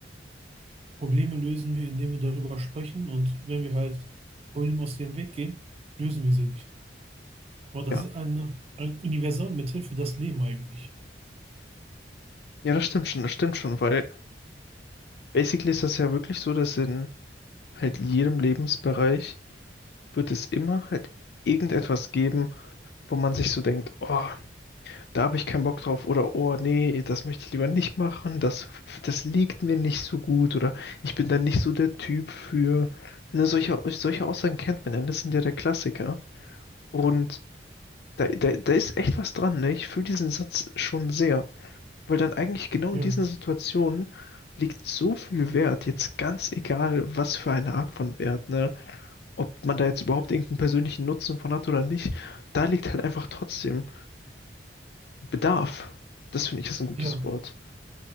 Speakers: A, on the right; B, on the left.
A: Probleme lösen wir, indem wir darüber sprechen und wenn wir halt Problemen aus dem Weg gehen, lösen wir sie nicht. Aber das
B: ja.
A: ist eine, ein Universalmittel für das Leben eigentlich.
B: Ja, das stimmt schon, das stimmt schon, weil basically ist das ja wirklich so, dass in halt jedem Lebensbereich wird es immer halt irgendetwas geben, wo man sich so denkt, oh, da habe ich keinen Bock drauf oder oh, nee, das möchte ich lieber nicht machen, das, das liegt mir nicht so gut oder ich bin da nicht so der Typ für. Ne, solche, solche Aussagen kennt man ja, das sind ja der Klassiker. Und Da, da, da ist echt was dran, ne? Ich fühle diesen Satz schon sehr, weil dann eigentlich genau
A: Ja,
B: in diesen Situationen liegt so viel Wert, jetzt ganz egal, was für eine Art von Wert, ne? Ob man da jetzt überhaupt irgendeinen persönlichen Nutzen von hat oder nicht, da liegt halt einfach trotzdem Bedarf. Das finde ich ist ein gutes
A: ja,
B: Wort.